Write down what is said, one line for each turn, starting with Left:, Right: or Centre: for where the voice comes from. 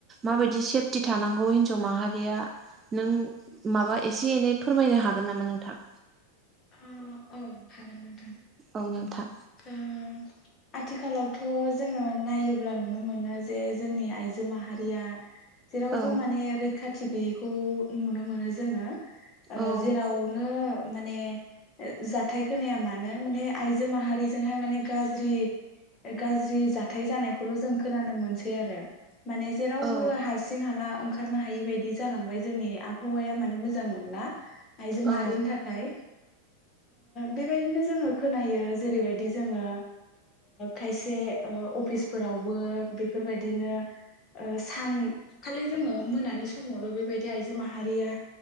Right: माबायदि सेफटि थानांगौ हिनजाव माहारिया नों माबा एसे एनै फोरमायनो हागोन नामा नोंथां
Left: औ औ हागोन नोंथां
Right: औ नोंथां
Left: ओ आथिखालावथ' जोङो नायोब्ला नुनो मोनो जे जोंनि आइजो माहारिया जेरावबो
Right: औ
Left: माने रैखाथि गैयैखौ नुनो मोनो जोङो
Right: औ
Left: जेराव ओ माने ओ जाथाय खोनाया मानो माने आयजो माहारिजों गाज्रि गाज्रि जाथाय जानायखौल' जों खोनानो मोनसै आरो माने जेरावबो
Right: औ
Left: हार सिं हाला ओंखारनो हायि बायदि जालांबाय जोंनि आबहावाया माने मोजां नंला आइजो माहारिनि
Right: औ
Left: थाखाय बेबायदिनो जोङो खोनायो जेरैबायदि जोङो खायसे अफिसफोरावबो बेफोरबायदिनो सानखालि जोङो मोनानि समावल' बेबायदि आइजो माहारिया